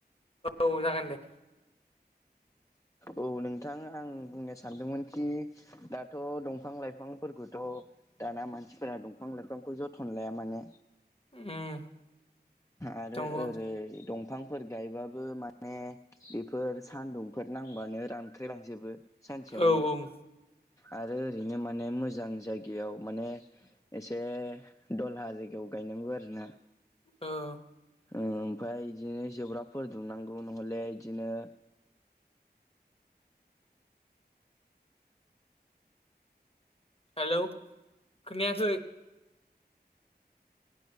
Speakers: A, on the left; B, on the left.
A: औ जागोन दे
B: औ नोंथां आं बुंनो सानदोंमोनखि दाथ' दंफां लाइफांफोरखौथ' दाना मानसिफोरा दंफां लाइफां खौ जोथोन लाया माने
A: उम
B: आरो
A: नंगौ
B: ओरै दं फांफोर गायबाबो माने बेफोर सानदुंफोर नांबानो रान ख्रिलांजोबो सानसेयावनो
A: औ औ उम
B: आरो ओरैनो माने मोजां जायगायाव माने एसे दलहा जायगायाव गायनांगौ आरोना
A: औ
B: ओमफाय इदिनो जोब्राबफोर दुमनांगौ नहले इदिनो
A: हेलौ खोनायाखै